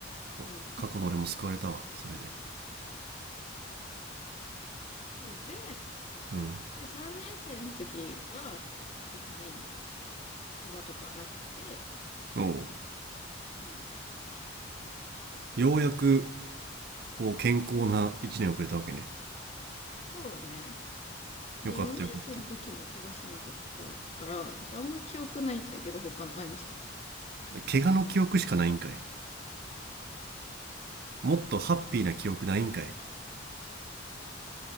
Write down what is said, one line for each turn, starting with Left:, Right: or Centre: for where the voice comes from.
Left: ん。
Right: う。
Left: うん。
Right: 過去の俺も救われたわ、それで。
Left: そうで、
Right: うん。
Left: で、3年生の時は、別に、怪我とかなくって、
Right: おう
Left: うん。
Right: ようやくこう健康な1年遅れたわけね
Left: そうだね。で、
Right: よかったよかっ
Left: 4年生の時も怪我しなかったから、あんまり記憶ないんだけど、他何したか。
Right: た怪我の記憶しかないんかい
Left: うん、
Right: もっとハッピーな記憶ないんかい